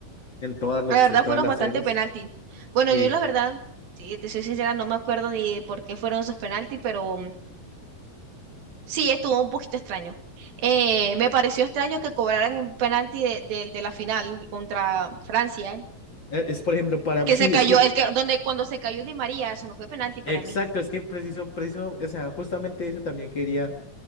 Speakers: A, on the left; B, on the right.
A: en todas los,
B: La verdad
A: en todas
B: fueron
A: las
B: bastante
A: series.
B: penalti. Bueno,
A: Sí,
B: yo la verdad, si te soy sincera, no me acuerdo ni de por qué fueron esos penaltis, pero mm, sí, estuvo un poquito extraño. Eh, me pareció extraño que cobraran un penalti de, de- de la final contra Francia,
A: Eh, es por ejemplo para
B: que
A: mí, sí,
B: se cayó,
A: es que,
B: el que, donde cuando se cayó Di María, eso no fue penalti para
A: exacto,
B: mí.
A: es que preciso, preciso, o sea, justamente eso también quería,